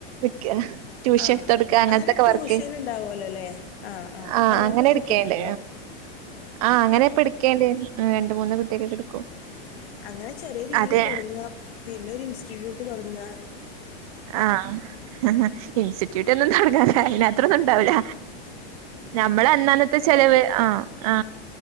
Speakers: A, on the right; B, on the left.
A: ക്ക ട്യൂഷൻ
B: ആ
A: എടുത്ത് കൊടുക്ക അങ്ങനത്തെക്കെ
B: അങ്ങനെ ട്യൂഷൻ
A: വർക്ക്
B: ഉണ്ടാവുമല്ലോ അല്ലേ
A: ആ
B: അങ്ങനത്തെ
A: അങ്ങനെ
B: നോക്കിയിട്ടുണ്ടോ
A: എ ക്കേണ്ട് ആ അങ്ങനെപ്പ എടുക്കേണ്ട് രണ്ട് മൂന്ന് കുട്ടികക്കൊക്കെ എടുക്കും
B: അങ്ങനെ ചെറിയ രീതിൽ
A: അതെ
B: തുടങ്ങുവാ പിന്നെ ഒരു ഇൻസ്റ്റിറ്റ്യൂട്ട് തൊടങ്ങി
A: ആ ഹ ഹ ഇൻസ്റ്റിറ്റ്യൂട്ട് ഒന്നു തൊടങ്ങാറയില്ല അത്രയൊന്നും ഉണ്ടാവില്ല നമ്മള് അന്നന്നാത്തെ ചെലവ് ആ ആ